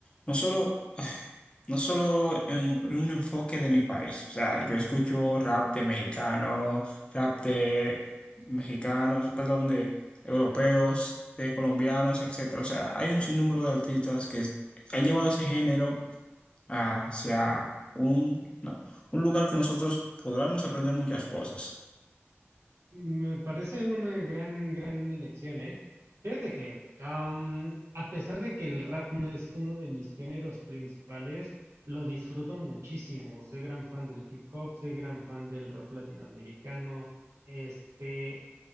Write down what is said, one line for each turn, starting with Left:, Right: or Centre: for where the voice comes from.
Left: no solo <sighs> no solo en, en un enfoque de mi país, o sea, yo escucho rap de mexicano, rap de mexicanos, perdón, europeos, de colombianos, etcétera. O sea, hay un sinnúmero de artistas que es- han llevado ese género hacia un, no, un lugar que nosotros podremos aprender muchas cosas.
Right: Me parece una gran, gran elección, ¿eh? Fíjate que, am, a pesar de que el rap no es uno de mis géneros principales, lo disfruto muchísimo. Soy gran fan del hip hop, soy gran fan del rap latinoamericano. Este,